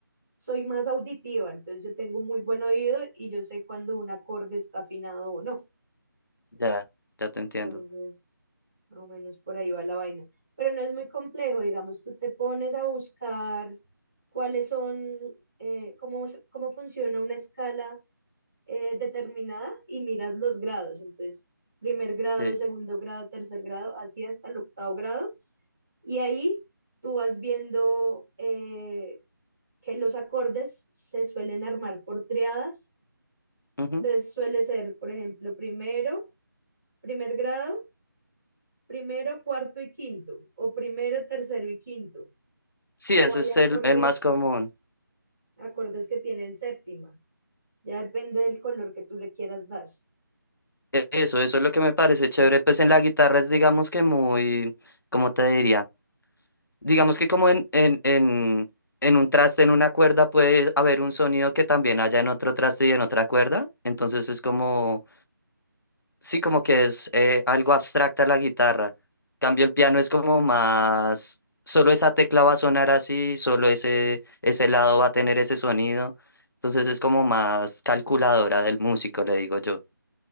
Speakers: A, in the centre; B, on the left (about 65°).
A: Soy más auditiva, entonces yo tengo muy buen oído y yo sé cuando un acorde está afinado o no.
B: ya, ya te entiendo.
A: Entonces, más o menos por ahí va la vaina. Pero no es muy complejo, digamos, tú te pones a buscar cuáles son, eh, cómo, s- cómo funciona una escala eh, determinada y miras los grados. Entonces, primer grado,
B: Sí,
A: segundo grado, tercer grado, así hasta el octavo grado. Y ahí tú vas viendo eh, que los acordes se suelen armar por triadas.
B: ujú.
A: Entonces, suele ser, por ejemplo, primero, primer grado primero, cuarto y quinto, o primero, tercero y quinto,
B: Sí,
A: o
B: ese
A: hay
B: es
A: acordes,
B: el, el más común.
A: acordes que tienen séptima, ya depende del color que tú le quieras dar.
B: E- Eso, eso es lo que me parece chévere. Pues en la guitarra es, digamos que muy, ¿cómo te diría? Digamos que como en, en, en, en un traste, en una cuerda, puede haber un sonido que también haya en otro traste y en otra cuerda. Entonces es como, sí, como que es eh, algo abstracta la guitarra. Cambio el piano es como más, solo esa tecla va a sonar así, solo ese, ese lado va a tener ese sonido. Entonces es como más calculadora del músico, le digo yo.